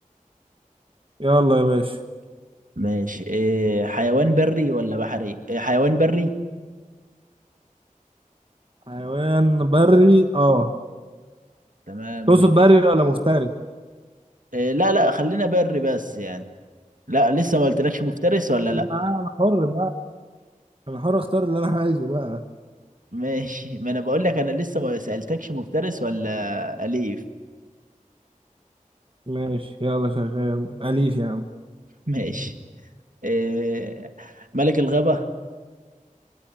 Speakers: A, on the right; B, on the right.
A: يلا يا باشا
B: ماشي إيه حيوان بري ولا بحري إيه حيوان بري
A: حيوان بري أه
B: تمام
A: تقصد بري ولا مفترس؟
B: إيه لا لا خلينا بري بس يعني لا لسه ما قلتلكش مفترس ولا
A: لا،
B: لا
A: أنا حر بقى أنا حر أختار اللي أنا عايزه بقى
B: ماشي ما انا بقول لك انا لسه ما سألتكش مفترس ولا أليف
A: ماشي يلا شغال أليف يا عم
B: ماشي إيه ملك الغابة